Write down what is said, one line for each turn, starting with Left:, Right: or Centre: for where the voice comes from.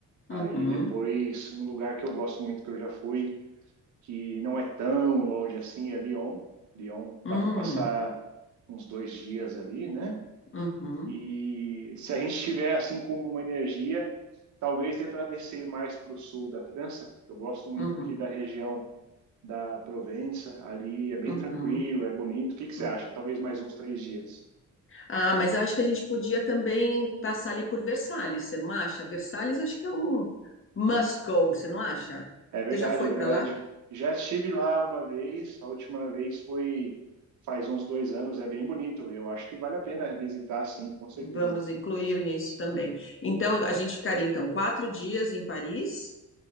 Right: Aí
Left: uhum,
Right: depois, um lugar que eu gosto muito, que eu já fui, que não é tão longe assim, é Lyon. Lyon,
Left: hum,
Right: dá para passar uns dois dias ali, né?
Left: uhum,
Right: E se a gente tiver assim com uma energia, talvez dê para descer mais para o sul da França. Eu gosto muito
Left: uhum,
Right: aqui da região da Provença, ali é bem
Left: uhum,
Right: tranquilo, é bonito. O que que você
Left: uhum.
Right: acha? Talvez mais uns três dias.
Left: Ah, mas eu acho que a gente podia também passar ali por Versalhes, você não acha? Versalhes acho que é um must go, você não acha?
Right: É verdade,
Left: Você já foi
Right: é verdade.
Left: para lá?
Right: Já estive lá uma vez, a última vez foi faz uns dois anos, é bem bonito. E eu acho que vale a pena visitar, sim, com certeza.
Left: Vamos incluir nisso também. Então, a gente ficaria então quatro dias em Paris.